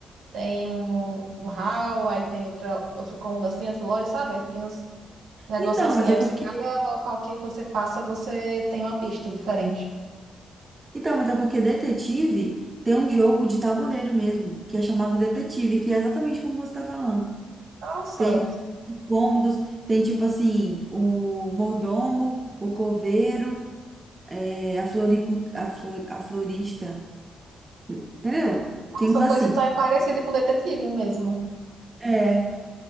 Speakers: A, on the right; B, on the right.
A: tem um, um hall, aí tem outra, outro cômodo assim, outro lodge, sabe? Aí Tem uns negócios
B: Então,
A: assim.
B: mas é
A: Aí
B: porque.
A: você, cada local que você passa, você tem uma pista diferente.
B: Então, mas é porque detetive tem um jogo de tabuleiro mesmo, que é chamado detetive, que é exatamente como você está falando.
A: Nossa,
B: Tem os cômodos, tem tipo assim, o mordomo, o coveiro, é, a floricu, a, flor, a florista, entendeu?
A: nossa,
B: Tem uns assim.
A: pois então é parecido com detetive mesmo.
B: É,